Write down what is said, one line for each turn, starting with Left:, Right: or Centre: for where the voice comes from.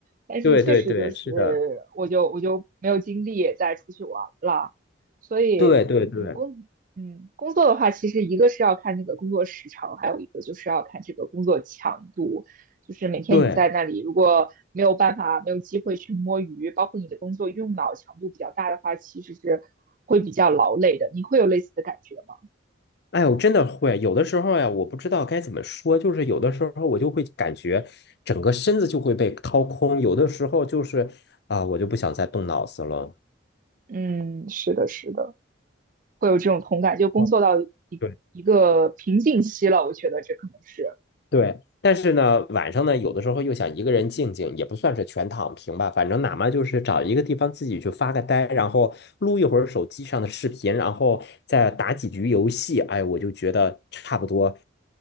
Right: 但是确实就是
Left: 对对对，是的，
Right: 我就我就没有精力再出去玩了。所以，
Left: 对对对
Right: 嗯，工嗯工作的话，其实一个是要看那个工作时长，还有一个就是要看这个工作强度。就是每天你在那里，
Left: 对，
Right: 如果没有办法、没有机会去摸鱼，包括你的工作用脑强度比较大的话，其实是会比较劳累的。你会有类似的感觉吗？
Left: 哎我真的会，有的时候呀，我不知道该怎么说，就是有的时候我就会感觉整个身子就会被掏空，有的时候就是啊、我就不想再动脑子了。
Right: 嗯，是的，是的，会有这种同感。就工作到一一个瓶颈期了，
Left: 哦对
Right: 我觉得这可能是，
Left: 对，但是呢，晚上呢，有的时候又想一个人静静，也不算是全躺平吧，反正哪怕就是找一个地方自己去发个呆，然后录一会儿手机上的视频，然后再打几局游戏，哎，我就觉得差不多，